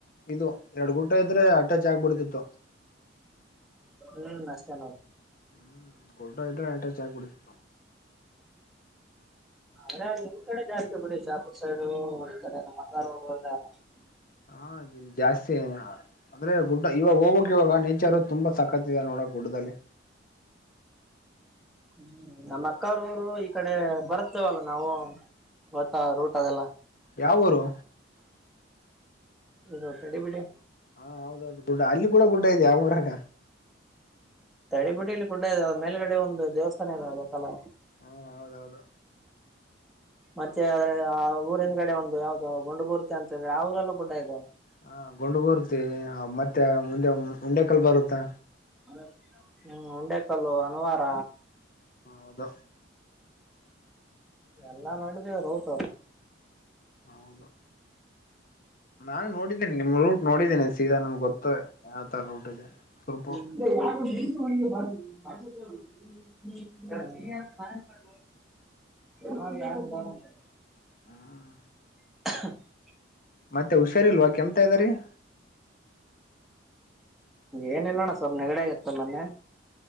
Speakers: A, on the left (about 45°); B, in the centre.
A: ಇದು ಎರಡು ಗುಡ್ಡ ಇದ್ರೆ ಅಟ್ಯಾಚ್ ಆಗ್ಬಿಡ್ತಿತ್ತು.
B: ಹ್ಮ ಅಷ್ಟೇ ನೋಡ.
A: ಹ್ಮ್ ಗುಡ್ಡ ಇದ್ರೆ ಆಟ್ಯಾಚ್ ಆಗ್ಬಿಡುತ್ತ.
B: ಆದ್ರೆ ನಿಮ್ ಕಡೆ ಜಾಸ್ತಿ ಬಿಡಿ ಶಾಪುರ್ ಸೈಡು ಒಂದ್ ಕಡೆ ಮದರ್. <unintelligible>
A: ಹಾ <unintelligible> ಜಾಸ್ತಿ <unintelligible> ಅಂದ್ರೆ ಗುಡ್ಡ ಇವಾಗ ಹೋಗ್ಕ್ ಇವಾಗ ನೇಚರ್ ತುಂಬಾ ಸಕತ್ ಇದೆ ನೋಡ ಗುಡ್ಡದಲ್ಲಿ.
B: ಹ್ಮ ನಮ್ಮ ಅಕ್ಕಾರು ಊರು ಈ ಕಡೆ ಬರುತ್ತವಲ್ಲ ನಾವು. ಗೋತಾ ರೂಟ್ ಅದೆಲ್ಲ.
A: ಯಾವ ಊರು.
B: ಇದು ತಡಿ ಬಿಡಿ.
A: ಹಾ ಹೌದೌದು ಗುಡ್ಡ ಅಲ್ಲಿ ಕೂಡ ಗುಡ್ಡ ಇದಿಯಾ ಆ ಊರಾಗ.
B: ತಡಿಬುಡ್ಡಿಯಲ್ಲಿ ಗುಡ್ಡ ಇದಾವೆ ಮೇಲ್ಗಡೆ ಒಂದು ದೇವಸ್ಥಾನ ಇದೆಯಲ್ಲ ಗೊತ್ತಲ್ಲ.
A: ಹಾ ಹೌದೌದು.
B: ಮತ್ತೆ ಆದ್ರೆ ಆ ಊರಿಂದೆಗಡೆ ಒಂದು ಯಾವ್ದೋ ಗುಂಡು ಮೂರ್ತಿ ಅಂತಿದೆ ಆ ಊರಲ್ಲೂ ಗುಡ್ಡ ಇದೆ.
A: ಹ ಗುಂಡುಮೂರ್ತಿ ಮತ್ತೆ ಮುಂದೆ ಮುಂಡೇಕಲ್ಲು ಬರುತ್ತೆ.
B: ಹ್ಮ್ <unintelligible> ಕಲ್ಲು ವನವಾರ.
A: ಹಲೋ
B: ಎಲ್ಲಾ
A: ಹ್ಮ್
B: ನೋಡಿದೇವಿ ರೂಟು
A: ಹೌದು <inaudible> ನಾನು ನೋಡಿದ್ದೇನೆ ನಿಮ್ ರೂಟ್ ನೋಡಿದ್ದೇನೆ ಸೀದಾ ನಮ್ಗೆ ಗೊತ್ತ ಯಾವ ತರ ರೂಟ್ ಇದೆ ಸ್ವಲ್ಪ
B: ಯಾರ್ <unintelligible> ಹ ಯಾರ್ ಫೋನ್ ಅಂದೆ
A: ಹ್ಮ್
B: <unintelligible>
A: ಮತ್ತೆ ಹುಷಾರಿ ಇಲ್ವಾ ಕೆಮ್ಮುತಇದರೆ ಇದ್ದಾರಿ
B: ಏನಿಲ್ಲಣ್ಣ ಸ್ವಲ್ಪ್ ನೆಗಡೆ ಆಗತ್ತೆ ಮೊನ್ನೆ